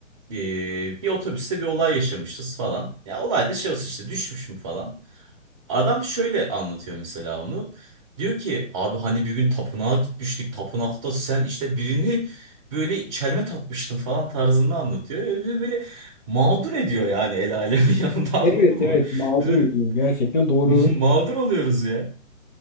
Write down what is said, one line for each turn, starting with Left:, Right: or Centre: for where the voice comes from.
Right: ee, bir otobüste bir olay yaşamışız falan. Ya olay da şey olsun işte düşmüş mü falan. Adam şöyle anlatıyor mesela onu. Diyor ki abi hani bir gün tapınağa gitmiştik. Tapınakta sen işte birini böyle çelme takmıştın falan tarzında anlatıyor. Öyle böyle mağdur ediyor yani el alemin <laughs> yanında anladın
Left: Evet
Right: mı?
Left: evet mağdur
Right: Biz böyle
Left: ediyor gerçekten doğru.
Right: <laughs> mağdur oluyoruz ya.